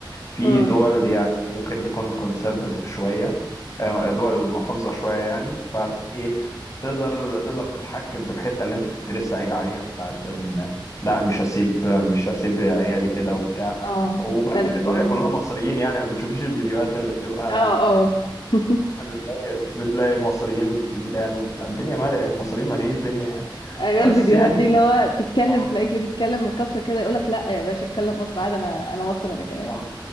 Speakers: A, on the left (about 40°); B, on the left (about 70°).
A: في
B: امم
A: دول يعني ممكن تكون conservative شوية آه، دول محافظة شوية يعني فإيه تقدر تقدر تتحكم في الحتة اللي أنت كنت لسه قايل عليها بتاعت إن لا مش هسيب مش هسيب عيالي كده وبتاع
B: اه
A: وبعدين
B: ترب...
A: إيطاليا
B: دي
A: كلها
B: آه.
A: مصريين يعني ما بتشوفيش الفيديوهات اللي بتبقى
B: اه اه <laughs>
A: <laughs> بتلاقي بتلاقي مصريين في ميلان وبتاع الدنيا مالية المصريين مالين الدنيا يعني
B: ايوه
A: بس
B: الفيديوهات
A: يعني
B: دي اللي هو تتكلم
A: آه.
B: تلاقيك بتتكلم مكسر كده يقولك لا يا باشا اتكلم مصر عادي انا انا مصر انا كمان
A: انا